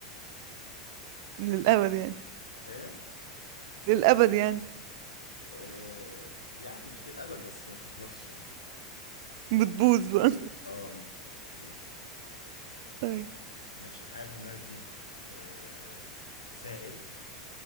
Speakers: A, on the right; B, on the left.
A: للأبد يعني
B: ايه
A: للأبد يعني
B: آه يعني مش للأبد بس ما بتخلصش يعني
A: بتبوظ بقى
B: اه ممكن تبوظ
A: <laughs> طيب
B: ماشي الحاجة اللي في دماغك دي آه سائل